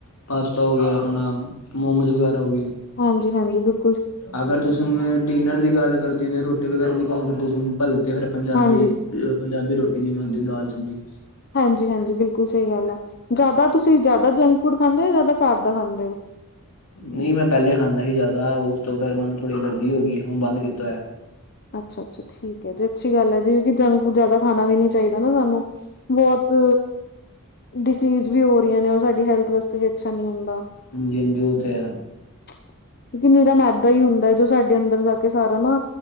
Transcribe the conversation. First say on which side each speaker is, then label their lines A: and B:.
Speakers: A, on the left; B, on the left.
A: ਪਾਸਤਾ ਹੋ ਗਿਆ ਆਪਣਾ, ਮੋਮੋਜ਼ ਵਗੈਰਾ ਹੋ ਗਏ।
B: ਹਾਂਜੀ ਹਾਂਜੀ, ਬਿਲਕੁ
A: ਅਗਰ ਤੁਸੀ ਡਿਨਰ ਦੀ ਗੱਲ ਕਰਦੀ, ਜਿਵੇਂ ਰੋਟੀ ਵਗੈਰਾ ਦੀ ਗੱਲ ਕਰਦੀ ਤੁੂੰ ਭਲਤੇ ਫੇਿਰ ਪੰਜਾਬੀ,
B: ਹਾਂਜੀ
A: ਪੰਜਾਬੀ ਰੋਟੀ ਜਿਵੇਂ ਹੁੰਦੀ ਦਾਲ ਸਬਜ਼ੀ
B: ਹਾਂਜੀ ਹਾਂਜੀ, ਬਿਲਕੁਲ ਸਹੀ ਗੱਲ ਆ। ਜ਼ਿਆਦਾ ਤੁਸੀਂ ਜ਼ਿਆਦਾ, ਜੰਕ ਫੂਡ ਖਾਂਦੇ ਹੋ ਜਾਂ ਜ਼ਿਆਦਾ ਘਰ ਦਾ ਖਾਂਦੇ ਹੋ?
A: ਨਹੀਂ ਮੈਂ ਪਹਿਲੇ ਖਾਂਦਾ ਸੀ ਜ਼ਿਆਦਾ, ਉਸ ਤੋਂ ਫੇਰ ਮੈਨੂੰ ਥੋੜ੍ਹੀ ਐਲਰਜੀ ਹੋ ਗਈ, ਹੁਣ ਬੰਦ ਕੀਤਾ ਹੋਇਆ।
B: ਅੱਛਾ- ਅੱਛਾ ਠੀਕ ਹੈ, ਜੀ ਅਛੀ ਗੱਲ ਹੈ ਜੀ, ਜੰਕ ਫੂਡ ਜ਼ਿਆਦਾ ਖਾਣਾ ਵੀ ਨੀ ਚਾਹੀਦਾ ਨਾ ਸਾਨੂੰ, ਬਹੁਤ ਡਿਸੀਜ਼ ਵੀ ਹੋ ਰਹੀਆਂ ਨੇ, ਸਾਡੀ ਹੈਲਥ ਵਾਸਤੇ ਵੀ ਅੱਛਾ ਨਹੀਂ ਹੁੰਦਾ।
A: ਹਾਂਜੀ ਹਾਂਜੀ, ਉਹ ਤੇ ਆ।
B: ਕਿਉਂਕਿ ਨੀਰਾ ਮੈਦਾ ਹੀ ਹੁੰਦਾ ਹੈ, ਜੋ ਸਾਡੇ ਅੰਦਰ ਜਾ ਕੇ ਸਾਰਾ ਨਾ